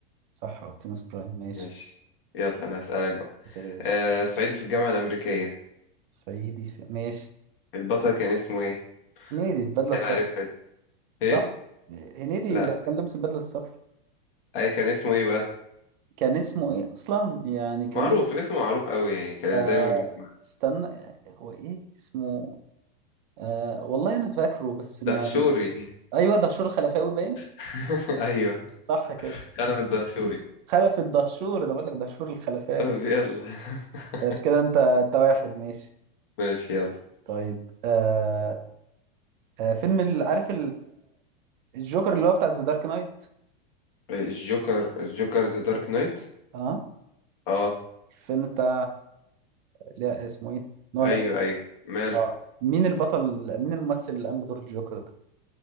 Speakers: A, on the right; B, on the left.
A: صح اوبتيموس برايم ماشي
B: ماشي يلا انا هسألك بقى
A: مثال يا باشا
B: آه صعيدي في الجامعة الأمريكية
A: صعيدي في... ماشي
B: البطل كان اسمه ايه
A: هنيدي البدله
B: كان
A: الصفراء
B: عارفها دي. ايه
A: صح هنيدي
B: لا
A: اللي كان لابس البدله الصفراء
B: اي كان اسمه ايه بقى
A: كان اسمه ايه اصلا يعني كان
B: معروف
A: اسمه
B: اسمه معروف قوي يعني كان
A: آه
B: دايما بنسمع
A: استنى هو ايه اسمه آه والله انا فاكره بس ما
B: دهشوري
A: ايوه دهشور الخلفاوي باين
B: <laughs> ايوه
A: صح كده
B: خلف الدهشوري
A: خلف الدهشور انا بقول لك دهشور الخلفاوي
B: طب يلا <laughs>
A: ماشي كده انت انت واحد ماشي
B: ماشي يلا
A: طيب آه آه فيلم ال- عارف الجوكر اللي هو بتاع ذا دارك نايت
B: الجوكر الجوكر ذا دارك نايت
A: اه
B: اه
A: الفيلم بتاع لا اسمه ايه نولان
B: ايوه ايوه ماله
A: اه مين البطل مين الممثل اللي قام بدور الجوكر ده